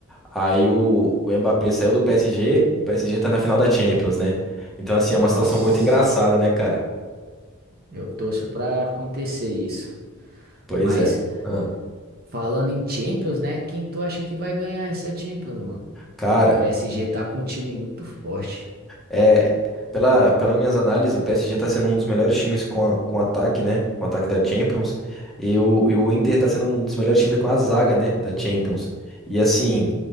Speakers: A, in the centre; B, on the right.
A: Aí o, o Mbappé saiu do PSG, o PSG tá na final da Champions, né? Então, assim,
B: Nossa.
A: é uma situação muito engraçada, né, cara?
B: Eu torço pra acontecer isso.
A: Pois
B: Mas
A: é. Ah,
B: falando em Champions, né? Quem tu acha que vai ganhar essa Champions, mano? O
A: cara,
B: PSG tá com um time muito forte.
A: é. Pela, pelas minhas análises, o PSG tá sendo um dos melhores times com, a- com ataque, né? Com ataque da Champions. E o, e o Inter tá sendo um dos melhores times com a zaga, né? Da Champions. E assim,